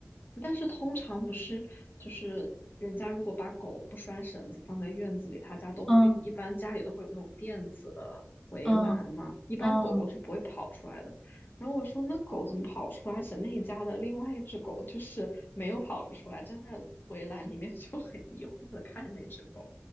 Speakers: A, on the left; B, in the centre.
A: 但是通常不是，就是人家如果把狗不拴绳子放在院子里，他家都会，
B: 嗯
A: 一般家里都会有那种电子的围栏嘛，
B: 嗯
A: 一般狗狗是不会跑出来的。
B: 嗯
A: 然后我说那狗怎么跑出来？而且那一家的另外一只狗就是没有跑出来，站在围栏里面 <laughs> 就很疑惑的看着那只狗。